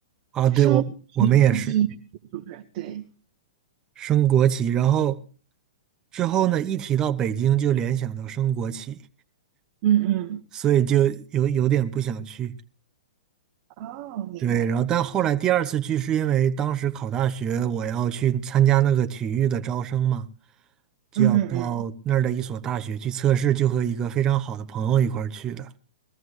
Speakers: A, on the right; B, on the right.
A: 啊，对，
B: 生体记忆是不是？
A: 我我们也是
B: 对，
A: 升国旗，然后之后呢，一提到北京就联想到升国旗，
B: 嗯嗯，
A: 所以就有有点不想去。
B: 哦，明白了，
A: 对，然后但后来第二次去是因为当时考大学，我要去参加那个体育的招生嘛，就要到那儿的一所大学去测试，
B: 嗯嗯嗯，
A: 就和一个非常好的朋友一块儿去的。